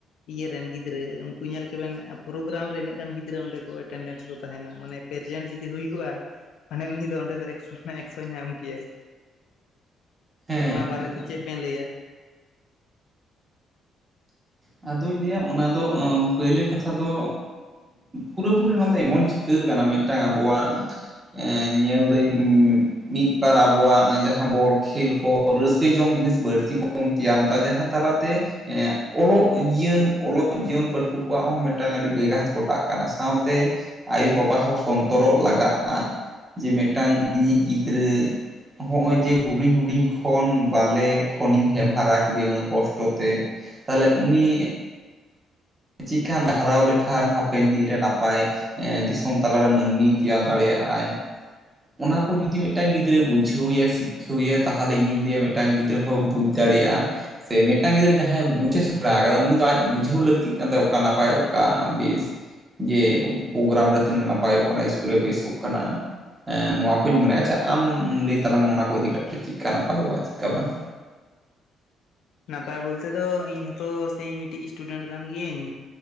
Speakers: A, on the left; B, on the right.
A: ᱤᱭᱟᱹ ᱨᱮᱱ ᱜᱤᱫᱽᱨᱟᱹ ᱩᱱᱠᱩ ᱧᱮᱞᱮᱵᱮᱱ ᱯᱨᱳᱜᱨᱟᱢ ᱨᱮ ᱤᱱᱟᱹᱜ ᱜᱟᱱ ᱜᱤᱫᱽᱨᱟᱹ ᱚᱸᱰᱮ ᱠᱚ ᱮᱴᱮᱱᱰᱮᱱᱥ ᱠᱚ ᱛᱟᱦᱮᱱᱟ ᱢᱟᱱᱮ ᱯᱨᱮᱡᱮᱱᱴ ᱡᱩᱫᱤ ᱦᱩᱭᱠᱚᱜᱼᱟ ᱢᱟᱱᱮ ᱩᱱᱤ ᱫᱚ ᱚᱸᱰᱮ ᱫᱚ ᱮᱠᱥᱚ ᱠᱷᱚᱱᱟᱜ ᱮᱠᱥᱚᱭ ᱧᱟᱢ ᱠᱮᱭᱟᱭ
B: ᱦᱮᱸ
A: ᱛᱚ
B: ᱦᱮᱸ
A: ᱚᱱᱟ ᱵᱟᱨᱮ
B: ᱦᱮᱸ
A: ᱛᱮ ᱪᱮᱫ ᱵᱮᱱ ᱞᱟᱹᱭᱟ
B: ᱟᱫᱚᱧ ᱞᱟᱹᱭᱟ ᱚᱱᱟ ᱫᱚ ᱯᱳᱭᱞᱟᱹ ᱠᱟᱛᱷᱟ ᱫᱚ ᱯᱩᱨᱟᱹᱯᱩᱨᱤ ᱫᱚ ᱮᱢᱚᱱ ᱪᱮᱫ ᱠᱟᱱᱟ ᱤᱭᱟᱹ ᱠᱟᱱᱟ ᱢᱤᱫᱴᱟᱝ ᱟᱵᱚᱣᱟᱜ ᱧᱮᱞ ᱫᱟᱹᱧ ᱢᱤᱫᱵᱟᱨ ᱟᱵᱚᱣᱟᱜ ᱡᱟᱦᱟᱸ ᱵᱚᱞ ᱠᱷᱮᱞ ᱠᱚ ᱨᱟᱹᱥᱠᱟᱹ ᱡᱚᱝ ᱡᱤᱱᱤᱥ ᱵᱟᱹᱲᱛᱤ ᱵᱚᱱ ᱛᱮᱭᱟᱨ ᱮᱫᱟ ᱡᱟᱦᱟᱸ ᱛᱟᱞᱟ ᱛᱮ ᱮᱸᱜ ᱚᱞᱚᱜ ᱡᱤᱭᱚᱱ ᱚᱞᱚᱜ ᱡᱤᱭᱚᱱ ᱯᱟᱹᱴᱷᱩᱣᱟᱹ ᱠᱚᱣᱟᱜ ᱦᱚᱸ ᱢᱤᱫᱴᱟᱝ ᱟᱹᱰᱤ ᱵᱮᱜᱷᱟᱛ ᱜᱚᱴᱟᱜ ᱠᱟᱱᱟ ᱥᱟᱶᱛᱮ ᱟᱭᱳᱼᱵᱟᱵᱟ ᱦᱚᱸ ᱥᱚᱱᱛᱚᱨᱼᱚᱜ ᱞᱟᱜᱟᱜᱼᱟ ᱡᱮ ᱢᱤᱫᱴᱟᱝ ᱤᱧᱤᱡ ᱜᱤᱫᱽᱨᱟᱹ ᱦᱚᱸᱜᱼᱚᱭ ᱡᱮ ᱦᱩᱰᱤᱧ ᱦᱩᱰᱤᱧ ᱠᱷᱚᱱ ᱵᱟᱞᱮ ᱠᱷᱚᱱᱤᱧ ᱦᱮᱢ ᱦᱟᱨᱟ ᱠᱮᱫᱮᱭᱟ ᱩᱱᱟᱹᱜ ᱠᱚᱥᱴᱚ ᱛᱮ ᱛᱟᱦᱞᱮ ᱩᱱᱤ ᱪᱮᱫ ᱠᱟᱢ ᱦᱟᱨᱟᱣ ᱞᱮᱠᱷᱟᱱ ᱦᱟᱯᱮᱱ ᱫᱤᱱᱨᱮ ᱱᱟᱯᱟᱭ ᱦᱮᱸ ᱫᱤᱥᱚᱢ ᱛᱟᱞᱟᱨᱮ ᱢᱟᱹᱱᱢᱤᱭ ᱛᱮᱭᱟᱨ ᱫᱟᱲᱮᱭᱟᱜᱼᱟᱭ ᱚᱱᱟ ᱠᱚ ᱡᱩᱫᱤ ᱢᱤᱫᱴᱟᱝ ᱜᱤᱫᱽᱨᱟᱹ ᱵᱩᱡᱷᱟᱹᱣ ᱮᱭᱟ ᱥᱤᱠᱠᱷᱟᱹᱣ ᱮᱭᱟ ᱛᱟᱦᱚᱞᱮ ᱤᱧᱤᱧ ᱞᱟᱹᱭᱟ ᱢᱤᱫ ᱢᱤᱫᱴᱟᱝ ᱜᱤᱫᱽᱨᱟᱹ ᱦᱚᱸᱭ ᱵᱩᱡᱽ ᱫᱟᱲᱮᱭᱟᱜᱼᱟ ᱥᱮ ᱢᱤᱫᱴᱟᱝ ᱜᱤᱫᱽᱨᱟᱹ ᱡᱟᱦᱟᱸᱭ ᱵᱩᱡ ᱮ ᱥᱮᱬᱟ ᱟᱠᱟᱫᱟ ᱩᱱᱤ ᱫᱚ ᱟᱡ ᱵᱩᱡᱷᱟᱹᱣ ᱞᱟᱹᱠᱛᱤ ᱛᱟᱭᱟ ᱚᱠᱟ ᱱᱟᱯᱟᱭ ᱚᱠᱟ ᱵᱮᱥ ᱡᱮ ᱯᱨᱳᱜᱨᱟᱢ ᱨᱮ ᱛᱤᱱᱟᱹᱜ ᱱᱟᱯᱟᱭᱚᱜ ᱠᱟᱱᱟ ᱤᱥᱠᱩᱞ ᱨᱮ ᱵᱮᱥᱚᱜ ᱠᱟᱱᱟ ᱱᱚᱣᱟ ᱠᱚᱧ ᱢᱚᱱᱮᱭᱟ ᱟᱪᱪᱷᱟ ᱟᱢ ᱞᱟᱹᱭ ᱛᱟᱞᱟᱝ ᱢᱮ ᱚᱱᱟ ᱠᱚ ᱤᱫᱤ ᱠᱟᱛᱮᱫ ᱪᱮᱫᱠᱟᱜ ᱱᱟᱯᱟᱭᱚᱜᱼᱟ ᱪᱮᱫᱠᱟ ᱵᱟᱝ
A: ᱱᱟᱯᱟᱭ ᱵᱚᱞᱛᱮ ᱫᱚ ᱤᱧ ᱦᱚᱛᱚ ᱥᱮ ᱢᱤᱫᱴᱤᱡ ᱤᱥᱴᱩᱰᱮᱱᱴ ᱠᱟᱱ ᱜᱤᱭᱟᱹᱧ